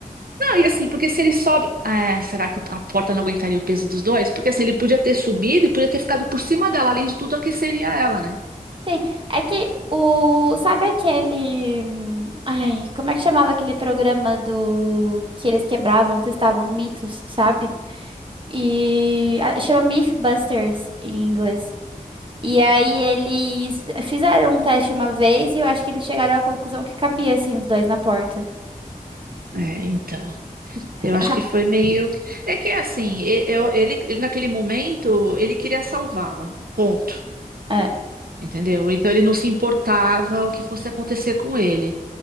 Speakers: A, on the right; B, on the right.
A: Não, e assim, porque se ele sobe. Ah, será que a porta não aguentaria o peso dos dois? Porque assim, ele podia ter subido e podia ter ficado por cima dela. Além de tudo, aqueceria ela, né?
B: Sim, é que o. Sabe aquele. hum, Ai, como é que chamava aquele programa do. Que eles quebravam, testavam mitos, sabe? E. ah, Chama Mythbusters em inglês. E aí eles fizeram um teste uma vez e eu acho que eles chegaram à conclusão que cabia, assim, os dois na porta.
A: É, então.
B: <laughs>
A: Eu acho que foi meio. É que assim, e- eu- ele, ele naquele momento, ele queria salvá-la. Ponto.
B: É,
A: Entendeu? Então ele não se importava o que fosse acontecer com ele.